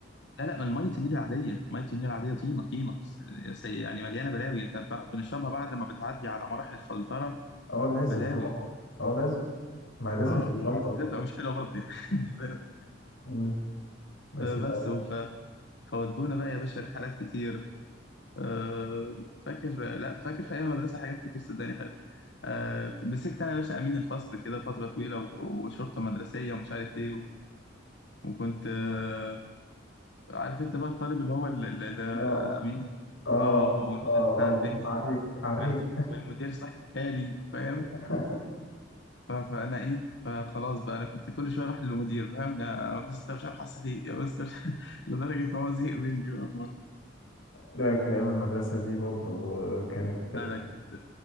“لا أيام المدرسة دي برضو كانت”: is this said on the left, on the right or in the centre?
Left